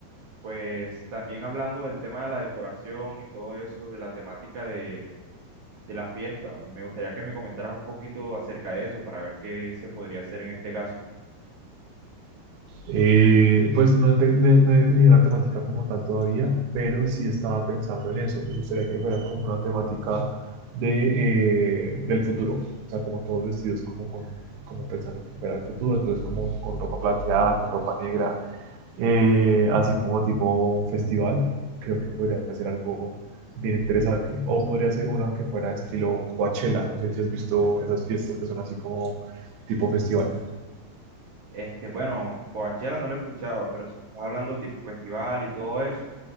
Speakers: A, on the right; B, on the right.
A: Pues también hablando del tema de la decoración y todo eso, de la temática de, de la fiesta, me gustaría que me comentaras un poquito acerca de eso para ver qué se podría hacer en este caso.
B: Eh, pues no, te- no- no he definido la temática como tal todavía, pero sí estaba pensando en eso. Me gustaría que fuera como una temática de, eh, del futuro, o sea, como todos vestidos como, con, como pensando que fuera el futuro, entonces como con ropa plateada, con ropa negra, eh, así como tipo festival. Creo que podría ser algo bien interesante. O podría ser una que fuera estilo Coachella. No sé si has visto esas fiestas que son así como tipo festival.
A: Este, bueno, Coachella no lo he escuchado, pero si me estás hablando tipo festival y todo eso,